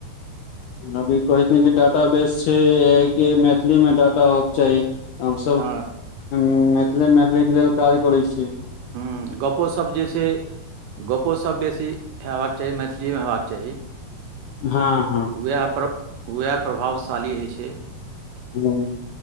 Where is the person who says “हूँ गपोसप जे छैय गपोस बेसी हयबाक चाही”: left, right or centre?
Right